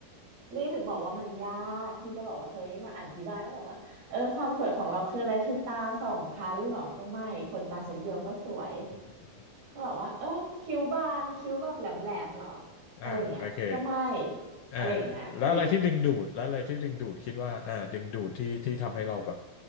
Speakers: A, on the right (about 75°); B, on the left (about 75°).
A: ลี่ถึงบอกว่ามันยากที่จะบอกว่าเฮ้ยมาอธิบายว่าแบบว่าเออความสวยของเราคืออะไรคือตาสองชั้นเหรอก็ไม่คนตาชั้นเดียวก็สวย
B: อืม
A: ก็บอกว่าเออคิ้วบางคิ้วแบบแหลมแหลมเหรออะไรอย่างเงี้ยก็ไม่
B: อ่าโอเค อ่า
A: อะไรอย่างเงี้ยเออ
B: แล้วอะไรที่ดึงดูดแล้วอะไรที่ดึงดูดคิดว่าอ่าดึงดูดที่ที่ทำให้เราแบบ